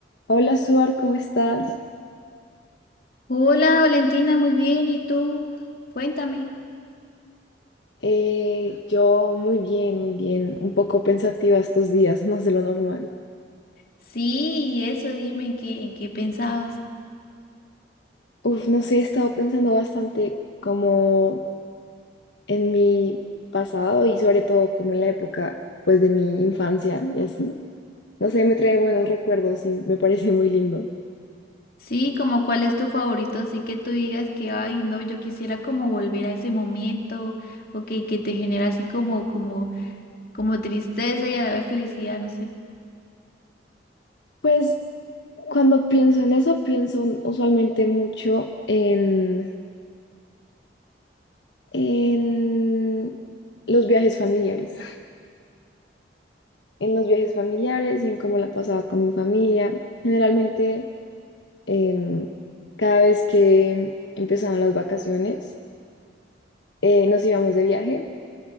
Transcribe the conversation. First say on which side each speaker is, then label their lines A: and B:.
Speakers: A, on the left (about 75°); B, on the left (about 55°).
A: Hola, Suar, ¿cómo estás?
B: Hola Valentina, muy bien. ¿Y tú? Cuéntame.
A: Eh, yo muy bien, muy bien, un poco pensativa estos días, <laughs> más de lo normal.
B: Sí, y eso, dime en qué, en qué pensabas.
A: Uf, no sé, he estado pensando bastante como en mi pasado y sobre todo como en la época pues de mi infancia y así. No sé, me trae buenos recuerdos y me parece muy lindo.
B: Sí, como cuál es tu favorito, así que tú digas que, ay, no, yo quisiera como volver a ese momento, o que, que te genera así como, como, como tristeza y a la vez felicidad, no sé.
A: Pues cuando pienso en eso, pienso usualmente mucho en, en los viajes familiares. en los viajes familiares y en cómo la pasaba con mi familia. Generalmente, em, cada vez que empezaban las vacaciones, eh, nos íbamos de viaje